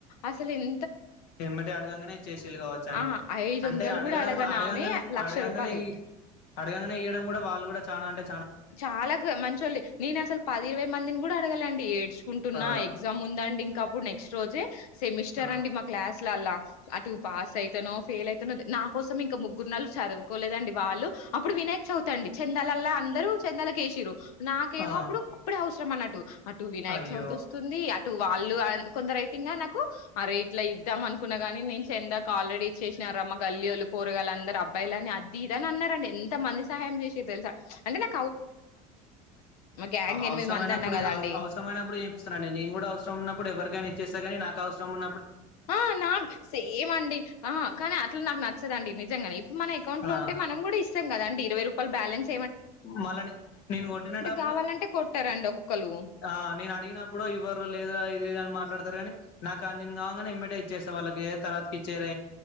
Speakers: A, on the left; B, on the left.
A: అసలు ఎం
B: ఎమ్మటే అడగంగానే ఇచ్చేసీలు కావచ్చు అండి
A: ఆ ఐదు
B: అంటే
A: వందలు
B: అడగడం
A: కూడా అడగనామె
B: అడగంగానే
A: లక్ష
B: అడగంగానే
A: రూపాయలు
B: అడగంగానే ఇయ్వడం కూడా వాళ్ళు కూడా ఇత్తానండి
A: చాలా గా మంచొల్లు నేను అసలు పది ఇరవై మందిని కూడా అడగాలండి ఏడ్చుకుంటున్నా
B: ఆ
A: ఎగ్జామ్ ఉందండి ఇంకఅప్పుడు నెక్స్ట్ రోజే సెమిస్టర్
B: ఆ
A: అండి మా క్లాస్ లో అలా అటు పాస్ అయితనో ఫెయిల్ అవుతానో, నా కోసం ఇంకా ముగ్గురు నెలు చదువుకోలేదండి, వాళ్ళు అప్పుడు వినాయక్ చదువుతండి చెందాలలా అందరూ చెందెల కేశీరు నాకేమో
B: ఆ
A: అప్పుడు అప్పుడే అవసరం అన్న అటు వినాయక్
B: అయ్యో
A: చవితి వస్తుంది వాళ్ళు కొంద రైతంగా నాకు, అ రేట్లా ఇద్దాం అనుకున్నాగాని నేను చెందాక ఆల్రెడీ ఇచ్చేసినారు అమ్మ గల్లియోలు కూరగాయలు అందరు అబ్బాయిలు అని అది ఇద అని అన్నారండి, ఎంత మంది సహాయం చేసి తెలుసా అంటే నా గ్యాంగ్
B: అవసరమైనప్పుడు
A: ఎనిమిది మంది అన్నా కదండి
B: అవసరమైనప్పుడు ఏపిస్తనండి నేను కూడా అవసరం ఉన్నప్పుడు ఎవరికైనా చేస్తే గా నాకు అవసరం ఉ
A: ఆ నాకు సేమ అండి ఆ కానీ అట్లు నాకు నచ్చదండి జంగా మన అౌం
B: ఆ
A: లో ఉంటే మన కూడా ఇ కదండి ఇరవ రూ బాలన్స్
B: మళ్ళని నేను కొట్టిన డబ్బులు
A: కావాలంటే కొట్టారండి ఒక్కొక్కలు
B: ఆ నేను అడిగినప్పుడు ఇవ్వరు లేదు ఇదిని మా మాట్లాడతారు కానీ నాకు ఆ కాగానే ఎంటైజ్ చేస్తా వాళ్ళ ఏ తర్వాకి ఇచ్చ ఏగా